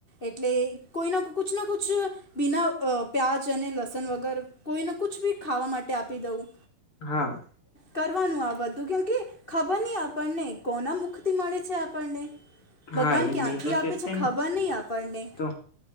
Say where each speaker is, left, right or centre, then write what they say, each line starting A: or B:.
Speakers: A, on the left (about 70°); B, on the left (about 45°).
A: એટલે કોઈના ના કુછ ના કુછ બીના પ્યાજ અને લસણ વગર કોઈને કુછ બી ખાવા માટે આપી દઉં.
B: હા.
A: કરવાનું આ બધું કેમ કે ખબર નહી આપણને કોના મુખથી મળે છે આપણને. ભગવાન
B: હા એમ
A: ક્યાંથી
B: એ તો
A: આપે
B: જ
A: છે
B: તે
A: ખબર
B: ને
A: નહી આપણને.
B: તો